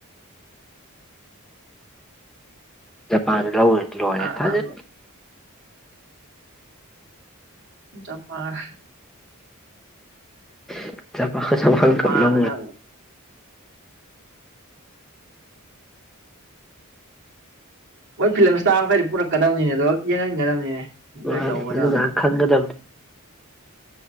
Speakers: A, in the centre; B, on the right.
A: ꯖꯄꯥꯟ <unintelligible>
B: ꯑꯍꯥꯟꯕ ꯖꯄꯥꯟ
A: <unintelligible>
B: ꯖꯄꯥꯟꯅꯒ
A: <unintelligible>
B: ꯃꯣꯏ ꯐꯤꯂꯝ ꯁ꯭ꯇꯥꯔ ꯃꯈꯩꯗꯣ ꯄꯨꯔꯛꯀꯗꯕꯅꯤꯅꯦ ꯑꯗꯨꯒ ꯌꯦꯡꯍꯟꯒꯗꯕꯅꯤꯅꯦ
A: ꯃꯥꯟꯅꯤ
B: ꯂꯣꯏ ꯂꯧꯒꯗꯕꯅꯦ
A: ꯑꯗꯨꯀꯥꯟ ꯈꯪꯒꯗꯕꯅꯤ